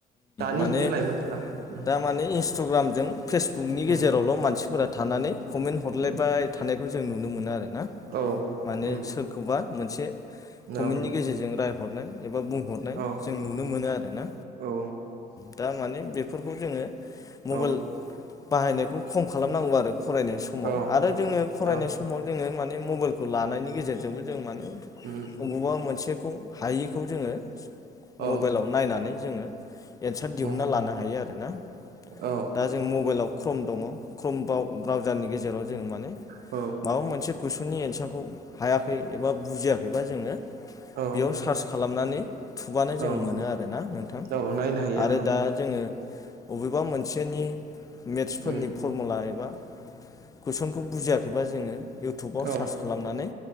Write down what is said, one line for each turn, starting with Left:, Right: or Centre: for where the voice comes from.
Right: दानि
Left: माने
Right: जुगनि लाइमोनफोरा उम
Left: दा माने इन्सटाग्रामजों फेसबुकनि गेजेरावल'
Right: उम
Left: मानसिफोर फोरा थानानै कमेन्ट हरलायबाय
Right: उम
Left: थानायखौ जों नुनो मोनो आरो ना
Right: औ
Left: माने
Right: उम
Left: सोरखौबा मोनसे कमेन्टनि
Right: औ
Left: गेजेरजों राय एबा बुंहरनाय
Right: औ
Left: जों नुनो मोनो आरो ना
Right: औ
Left: दा माने बेफोरखौ जोङो मबाइल
Right: औ
Left: बाहायनायखौ खम खालामनांगौ आरो फरायनाय समाव
Right: औ
Left: आरो जोङो फरायनाय
Right: औ
Left: समाव जोङो माने मबाइलखौ लानायनि गेजेरजोंबो जों माने
Right: उम
Left: अबावबा मोनसे खौ हायिखौ जोङो
Right: औ
Left: मबाइलाव नायनानै जोङो एन्सार दिहुनन्ना
Right: उम
Left: लानो हायो आर ना
Right: औ
Left: दा जों मबाइलाव क्रम दङ क्रमबाव ब्रउजारनि गेजेराव जों माने
Right: औ
Left: माबा मोनसे कुइसननि एन्सारखौ हायाखै एबा बुजियाखैबा जोंङो
Right: औ
Left: बेयाव सार्च खालामनानै थुबानो जों
Right: औ
Left: मोनो आरोना नोंथां
Right: औ नायनो हायो
Left: आरो
Right: औ
Left: दा जोंङो बबेबा मोनसेनि मेथसफोरनि
Right: उम
Left: फरमुला एबा कुइसनखौ बुजियाखैबा जोंङो इउटुबाव
Right: औ
Left: सार्च खालामनानै